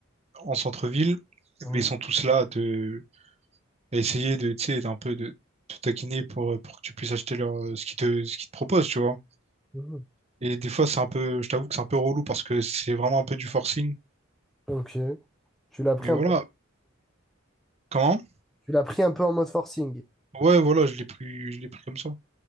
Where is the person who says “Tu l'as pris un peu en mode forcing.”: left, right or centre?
Centre